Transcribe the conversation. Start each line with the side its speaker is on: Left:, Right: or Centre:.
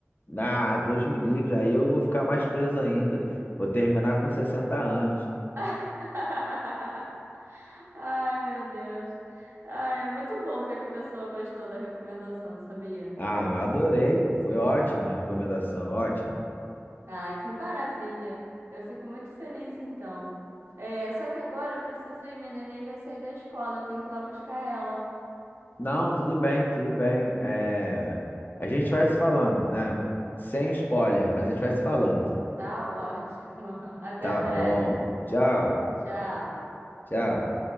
Left: Ah, Deus me livre. Aí eu vou ficar mais preso ainda. Vou terminar com 60 anos.
Right: <laughs> Ai, meu Deus. Ai, é muito bom ver que a pessoa gostou da recomendação, sabia?
Left: Ah, adorei, pô. Foi ótima a recomendação, ótima.
Right: Ah, que maravilha. Eu fico muito feliz então. É, só que agora eu preciso ir, minha neném vai sair da escola, eu tenho que ir lá buscar ela.
Left: Não, tudo bem, tudo bem. É, a gente vai se falando, né? Sem spoiler, mas a gente vai se falando.
Right: Tá ótimo. <laughs> Até
Left: Tá
Right: breve.
Left: bom. Tchau,
Right: Tchau.
Left: tchau.